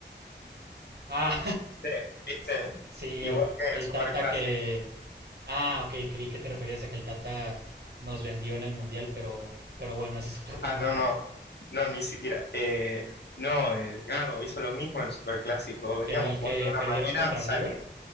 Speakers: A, on the right; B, on the left.
A: Ah,
B: Sí, ¿viste?
A: <laughs> sí,
B: Igual
A: el,
B: que en
A: el
B: el Superclásico.
A: Tata que... Ah, ok, creí que te referías a que el Tata nos vendió en el Mundial, pero, pero bueno, ese es otro tema.
B: Ah, no,
A: <laughs>
B: no, no, ni siquiera. Eh, no, eh, Gago hizo lo mismo en el Superclásico, veníamos
A: En el que
B: jugando de
A: perdieron
B: una manera,
A: contra
B: sal-
A: River.